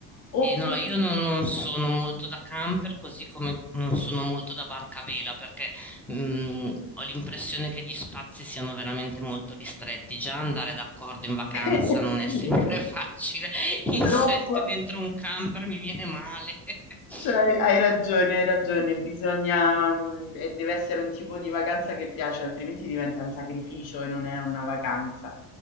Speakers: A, on the left; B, in the centre.
A: Oppure
B: Sì, no, io non, non sono molto da camper, così come non sono molto da barca a vela, perché mh, ho l'impressione che gli spazi siano veramente molto ristretti. Già andare d'accordo in vacanza
A: <laughs>
B: non è
A: Sì,
B: sempre <laughs> facile. In
A: troppo.
B: sette dentro un camper mi viene male. <laughs>
A: Cioè, hai ragione, hai ragione, bisogna, mhmm, e deve essere un tipo di vacanza che piace, altrimenti diventa un sacrificio e non è una vacanza.